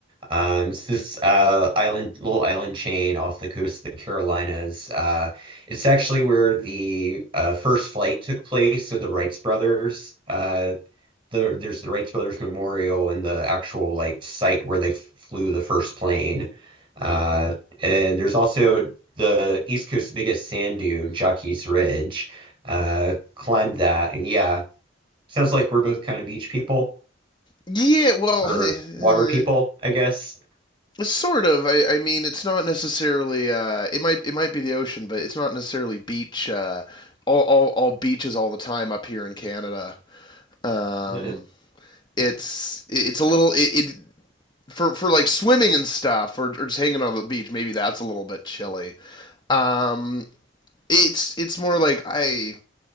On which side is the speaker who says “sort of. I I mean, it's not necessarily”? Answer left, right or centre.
Left